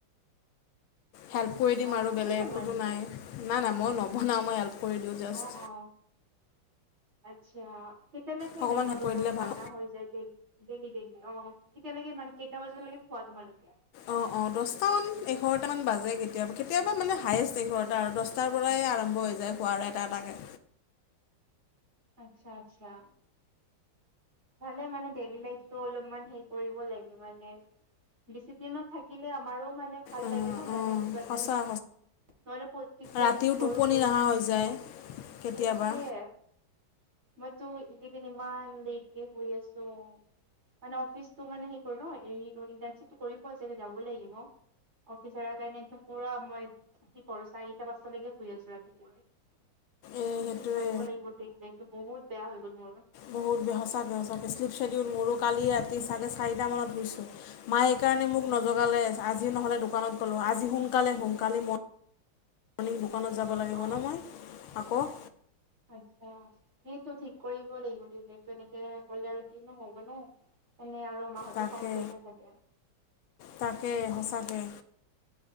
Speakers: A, on the left; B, on the right.
A: হেল্প কৰি দিম
B: অ
A: আৰু
B: তুমি
A: বেলেগ
B: বনোৱা
A: একোতো
B: নেকি?
A: নাই নাই নাই মই নবনাও মই হেল্প কৰি দিওঁ জাষ্ট
B: অ অ আচ্ছা। কেতিয়ালৈকে
A: অকণমান
B: এনেই তোমালোকৰ
A: হেল্প কৰি দিলে
B: খানা
A: ভাল
B: হৈ যায়েই ডেইলি ডেইলি অ। কেতিয়ালৈকে কেইটা বজালৈকে খোৱা তোমালোকে।
A: অ অ দহটামান এঘাৰটামান বাজে কেতিয়াবা কেতিয়াবা মানে হায়েষ্ট এঘাৰটা আৰু দহটা, তাৰ পৰাই আৰম্ভ হৈ যায় খোৱাৰ এটা এটাকে।
B: আচ্ছা আচ্ছা। ভালে মানে ডেলি লাইফটো অলপমান হে কৰিব লাগে মানে। ডিচিপ্লিনত থাকিলে আমাৰো মানে ভাল
A: অঁ
B: লাগে নহ
A: অঁ
B: মানে কিবা এটা
A: সঁচা।
B: নহলে কত কেতিয়া
A: ৰাতিও
B: কি কৰো
A: টোপনি
B: ফুৰিব
A: নহা
B: সেইটোৱে
A: হৈ যায় কেতিয়াবা
B: মইটো একেইদিন ইমান লেটকে হুই আছোঁ। মানে অফিচটো মানে সেই নটাৰ্বিপটো কৰিব আ যাব লাগিব। অফিচাৰৰ কাৰণে একদম পুৰা মই কৰো চাৰিটা পাঁচতা লৈকে শুই আছোঁ ৰাতিপুৱা ঠিক
A: এই সেইটোৱে
B: কৰিব লাগিব। সো বহুত বেয়া হৈ গ'ল মোৰ।
A: বহুত সঁচাকৈ সঁচাকৈ শ্লিপ শেডউল মোৰো কালি ৰাতি চাৰে চাৰিটামানত হুইচো। মায় এই কাৰণে মোক নজগালে আজি নহ'লে দোকানত গলো আজি সোনকালে শুভ কালি মই মৰ্ণিং দোকানত যাব লাগিব
B: অ
A: ন মই আকৌ।
B: আচ্ছা সেইটো ঠিক কৰিব লাগিব দিলো এনেকে কলে আৰু কিনো হব ন এনে আৰু মাহঁতে
A: তাকে
B: খং কৰি নাথাকে
A: তাকে সঁচাকে।